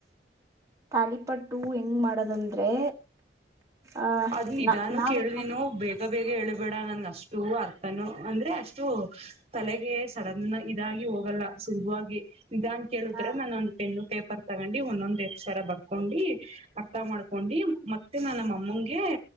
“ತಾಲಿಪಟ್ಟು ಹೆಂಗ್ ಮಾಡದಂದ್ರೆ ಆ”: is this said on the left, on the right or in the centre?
Right